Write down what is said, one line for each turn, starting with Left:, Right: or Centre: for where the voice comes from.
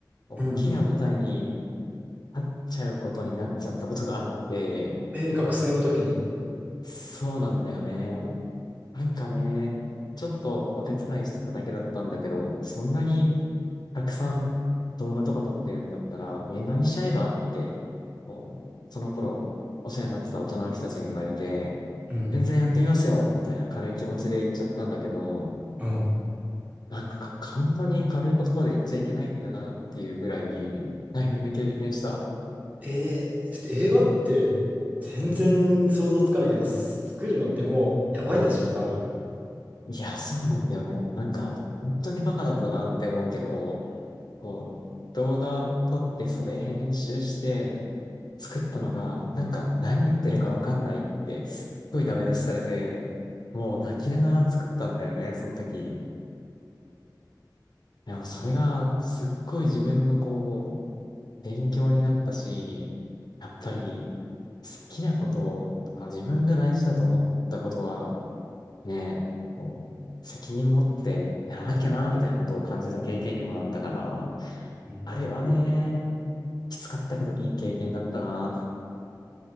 Left: 大きな舞台に
Right: うん。
Left: 立っちゃうことになっちゃったことがあって、
Right: えー、学生の時に。
Left: そうなんだよね。なんかね、ちょっとお手伝いしてただけだったんだけど、そんなにたくさん動画とか撮ってるんだったら映画にしちゃえばって、こう、その頃お世話になってた大人の人たちに言われて、
Right: うん。
Left: 全然やってみますよみたいな軽い気持ちで言っちゃったんだけど、
Right: うん。
Left: なんかか本当に軽い言葉で言っちゃいけないんだなっていうぐらいに大変な経験した。
Right: えー、だって映画って全然想像つかないけど、作るのってもうやばいでしょ、多分。
Left: いや、そうなんだよね。なんか、本当にバカだったなって思うけど、こう、動画撮ってそれ編集して作ったのが、なんか何言ってるかわかんないって、すっごいダメ出しされて、もう泣きながら作ったんだよね、その時。でもそれが、すっごい自分のこう、勉強になったし、やっぱり、好きなこととか自分が大事だと思ったことは、ね、こう、責任持ってやらなきゃな、みたいなことを感じた経験にもなったから、
Right: うん
Left: あれはね、きつかったけどいい経験だったな。